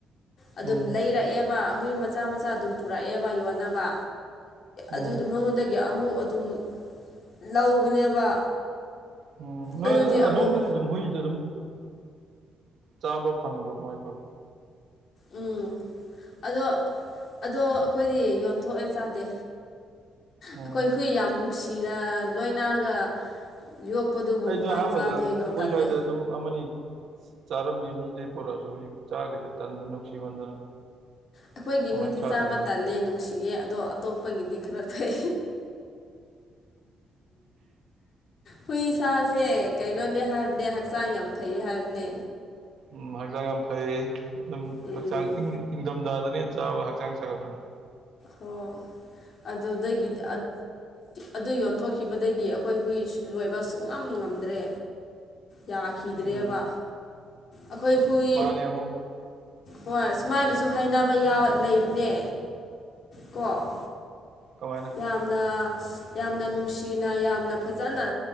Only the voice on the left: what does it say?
ꯑꯗꯨꯝ
ꯂꯩꯔꯛꯑꯦꯕ ꯍꯨꯏ ꯃꯆꯥ ꯃꯆꯥ ꯑꯗꯨꯝ ꯄꯨꯔꯛꯑꯦꯕ ꯌꯣꯟꯅꯕ
ꯑꯗꯨꯒꯤ ꯃꯉꯣꯟꯗꯒꯤ ꯑꯃꯨꯛ ꯑꯗꯨꯝ ꯂꯧꯕꯅꯦꯕ
ꯑꯗꯨꯗꯤ ꯑꯃꯨꯛ
ꯎꯝ ꯑꯗꯣ ꯑꯗꯣ ꯑꯩꯈꯣꯏꯗꯤ ꯌꯣꯟꯊꯣꯛꯑꯦ ꯆꯥꯗꯦ
ꯑꯩꯈꯣꯏ ꯍꯨꯏ ꯌꯥꯝ ꯅꯨꯡꯁꯤꯔ ꯂꯣꯏꯅꯒ ꯌꯣꯛꯄꯗꯨꯕꯨ
ꯀꯃꯥꯏꯅ
ꯆꯥꯗꯣꯏꯅꯣ
ꯇꯜꯂꯦ
ꯑꯩꯈꯣꯏꯒꯤ
ꯍꯨꯏꯗꯤ
ꯆꯥꯕ ꯇꯜꯂꯦ ꯅꯨꯡꯁꯤꯌꯦ ꯑꯗꯣ ꯑꯇꯣꯞꯄꯒꯤꯗꯤ ꯈꯔ ꯐꯩ ꯍꯨꯏ ꯆꯥꯁꯦ ꯀꯩꯅꯣꯅꯦ ꯍꯥꯏꯕꯅꯦ ꯍꯛꯆꯥꯡ ꯌꯥꯝ ꯐꯩ ꯍꯥꯏꯕꯅꯦ
ꯎꯝ
ꯍꯣ ꯑꯗꯨꯗꯒꯤꯗꯤ ꯑꯗꯨ ꯌꯣꯟꯊꯣꯛꯈꯤꯕꯗꯒꯤ ꯑꯩꯈꯣꯏ ꯍꯨꯏ ꯂꯣꯏꯕ ꯁꯨꯡꯉꯝ ꯉꯝꯗ꯭ꯔꯦ ꯌꯥꯈꯤꯗ꯭ꯔꯦꯕ
ꯑꯩꯈꯣꯏ ꯍꯨꯏ
ꯍꯣꯏ ꯁꯨꯃꯥꯏꯅꯁꯨ ꯍꯥꯏꯅꯕ ꯌꯥ ꯂꯩꯕꯅꯦ ꯀꯣ
ꯌꯥꯝꯅ ꯌꯥꯝꯅ ꯅꯨꯡꯁꯤꯅ ꯌꯥꯝꯅ ꯐꯖꯅ